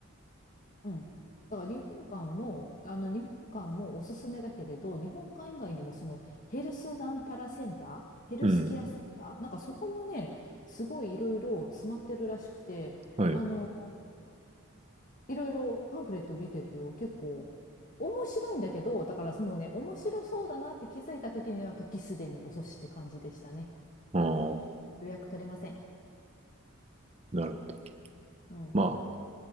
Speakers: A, on the left; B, on the right.
A: うん。だから日本館も、あの日本館もおすすめだけれど、日本館以外にもそのヘルスなんたらセンター、ヘルスケアセンター、
B: うん。
A: なんかそこもね、すごいいろいろ詰まってるらしくて、
B: はい。
A: あのいろいろパンフレット見てると結構面白いんだけど、だからもうね、面白そうだなって気づいた時には時すでに遅しって感じでしたね。
B: ああ、
A: 予約取れません。
B: なるほど。
A: うん。
B: まあ、